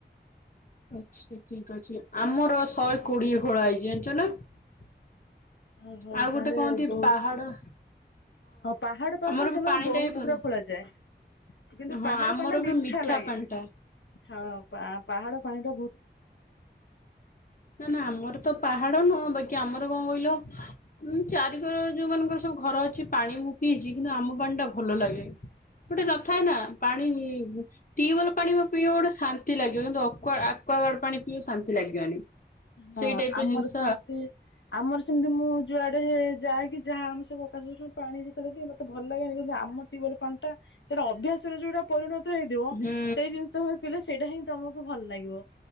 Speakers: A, on the left; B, on the left.
A: ଆଛା ଠିକ୍ ଅଛି ଆମର ଶହେ କୋଡିଏ ଖୋଳ ହେଇଚି ଜାଣିଚ ନା
B: ଓହୋ
A: ଆଉ
B: ତାହେଲେ
A: ଗୋଟେ କହନ୍ତି
B: ବହୁତ
A: ପାହାଡ
B: ହଁ ପାହାଡଉପରେ
A: ଆମର
B: ତ ସେମାନେ
A: ବି ପାଣି
B: ବହୁତ
A: ଟା ବି ଭଲ।
B: ପୁରା ଖୋଳାଯାଏ। କିନ୍ତୁ
A: ହଁ
B: ପାହାଡ
A: ଆମର
B: ପାଣି ଟା ମିଠା
A: ବି
B: ଲାଗେ
A: ପାଣିଟା
B: ହଁ ପା ପାହାଡ ପାଣିଟା
A: ନା ନା ଆମର ତ ପାହାଡ ନୁହଁ ବାକି ଆମର କଣ କହିଲ ଉଁ ଚାରିକର ଯୋଉ ମାନଙ୍କର ସବୁ ଘର ଅଛି ପାଣି ମୁଁ ପିଇଛି କିନ୍ତୁ ଆମ ପାଣି ଟା ଭଲ ଲାଗେ। ଗୋଟେ ନଥାଏ ନା ପାଣି ଟ୍ୟୁବଲ୍ ପାଣି ପିଇବ ଗୋଟେ ଶାନ୍ତି ଲାଗିବ କିନ୍ତୁ ଅକୁଆ ଆକ୍ୱାଗାର୍ଡ ପାଣି ପିଇବ ଶାନ୍ତି ଲାଗିବନି।
B: ହଁ
A: ସେଇ ଟାଇପ
B: ଆମର
A: ର ଜିନିଷ
B: ସେମିତି ଆମର ସେମିତି ମୁଁ ଯୁଆଡେ ଯାଏକି ଯାହା ଆମେ ସବୁ ଅକାଶୁର ପାଣି ଯେତେବେଳେ ପିଏ ମତେ ଭଲ ଲାଗେନି କିନ୍ତୁ ଆମ ଆମ ଟ୍ୟୁବଲ ପାଣାଟା ସେଇଟା ଅଭ୍ୟାସ ର ଯୋଉଟା ପରିଣତ ହେଇଥିବ
A: ହୁଁ
B: ସେଇ ଜିନିଷ ହିଁ ପିଲେ ସେଇଟା ହିଁ ତମକୁ ଭଲ ଲାଗିବ